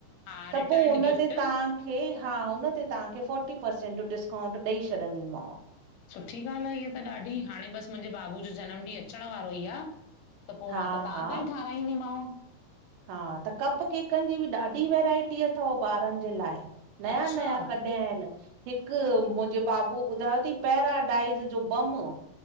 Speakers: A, on the left; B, on the right.
A: हा
B: त
A: रिटर्न
B: पो हुन
A: गिफ्ट
B: ते तव्हांखे हा हुन ते तव्हांखे फ़ोटी परर्सेंट जो डिस्काउंट ॾेई छॾंदीमांव
A: सुठी ॻाल्हि आहे इह त ॾाढी हाणे बसि मुंहिंजे बाबू जो जनमु ॾींहुं अचण वारो ई आ त पो
B: हा
A: मां त तव्हां
B: हा
A: खां ई ठारााईंदीमांव
B: हा त कप केकनि जी बि ॾाढी वैरायटी अथव ॿारनि जे लाइ नया
A: अच्छा
B: नया क पिया आहिन। हिक मुंहिंजे बाबू ॿुधायो थई पैराडाइज जो बम